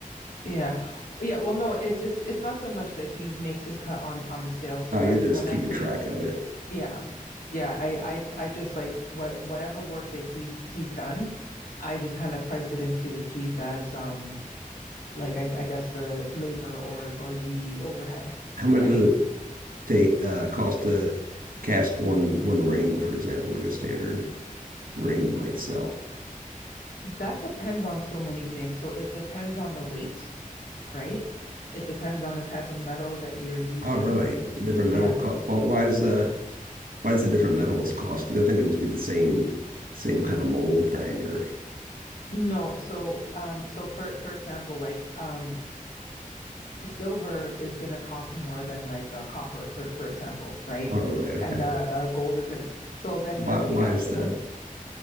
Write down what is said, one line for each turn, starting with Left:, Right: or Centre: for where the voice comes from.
Left: Yeah. Yeah, well no, it's it's it's not so much that he makes his cut on on the sale. So
Right: Oh, you're
Left: like
Right: just
Left: when
Right: keeping
Left: I take
Right: track of it.
Left: yeah. Yeah, I I I just like what whatever work that he's he's done, I just kind of price it into the piece as um like I I guess the labor or or the overhead,
Right: How much
Left: right?
Right: does it take uh cost to cast one one ring, for example, like a standard ring you might sell?
Left: That depends on so many things. So it depends on the weight, right? It depends on the type of metal that you're using.
Right: Oh, really? The different
Left: Yeah.
Right: metal co why why is uh why does the different metals cost? Because I think it would just be the same same kind of mold thing or
Left: No, so um so for for example, like um silver is going to cost more than like uh, copper, for for example, right?
Right: oh, really? Okay.
Left: And uh, uh, gold is going to. So then
Right: Why
Left: there's
Right: why
Left: the actual.
Right: is that?